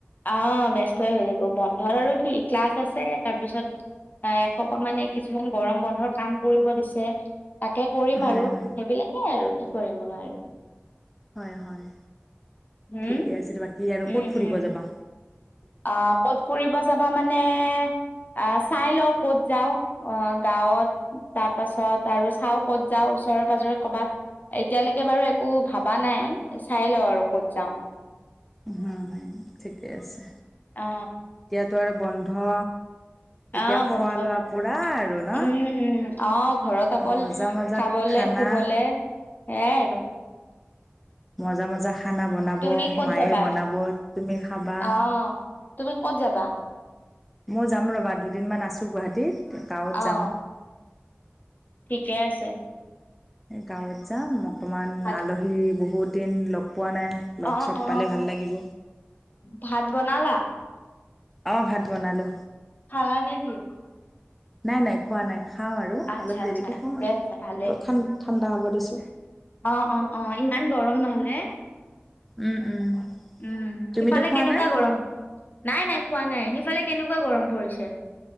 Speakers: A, on the left; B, in the centre.
A: অ', ব্যস্তই হৈ থাকোঁ, বন্ধৰ আৰু কি ক্লাছ আছে তাৰপিছত অ', এসোপা মানে এই কিছুমান গৰম বন্ধৰ কাম কৰিব দিছে। তাকে কৰিম
B: হয়
A: আৰু,
B: হয়
A: সেইবিলাকেই আৰু কি কৰিমনো আৰু।
B: হয়, হয়।
A: হম,
B: ঠিকে আছে বাকী আৰু
A: উম,
B: ক'ত ফুৰিব
A: উম,
B: যাবা?
A: অ', ক'ত ফুৰিব যাবা মান নে আ, চাই লওঁ ক'ত যাওঁ, অ', গাঁৱত তাৰ পাছত আৰু চাওঁ ক'ত যাওঁ। ওচৰেৰ পাজৰে কৰ'বাত এতিয়ালৈকে বাৰু একো ভবা নাই, চাই লওঁ আৰু। ক'ত যাওঁ।
B: হুম হুম ঠিকেই আছে।
A: অ।
B: দোৱাৰ বন্ধ। এতিয়া
A: অ
B: খোৱা
A: বন্ধ
B: লোৱা
A: বন্ধ
B: পুৰা আৰু ন
A: উম উম আহ ঘৰত অকল
B: মজা মজা
A: খাবলৈ
B: খানা
A: শুবলে সেয়াই আৰু।
B: মজ্জা মজ্জা খানা বনাব
A: তুমি ক'ত
B: মায়ে
A: যাবা
B: বনাব তুমি খাবা।
A: আহ তুমি ক'ত যাবা।
B: মই যাম ৰ'বা দুদিনমান আছো গুৱাহাটীত। গাঁৱত যাম
A: অ ঠিকে আছে।
B: গাঁৱত যাম অকনমান
A: ভাত
B: আলহী বহুত দিন লগ। পোৱা নাই লগ
A: অ
B: চগ
A: অ
B: পালে ভাল লাগিব।
A: ভাত বনালা
B: অ ভাত বনালো।
A: খালা নেকি।
B: নাই নাই খোৱা নাই খাওঁ আৰু
A: আচ্ছা
B: অলপ
A: আচ্ছা
B: দেৰিকে খাম
A: ঠিকে
B: আৰু।
A: আছে ভালেই
B: ঠাণ্ডা হ'ব দিছো।
A: অ অ অ ইমান গৰম নহলে
B: উম উম,
A: উম
B: তুমিতো
A: সিফালে
B: খোৱা
A: কেনেকুৱা
B: নাই
A: গৰম নাই নাই খোৱা নাই সিফালে কেনেকুৱা, নেকুৱা গৰম পৰিছে।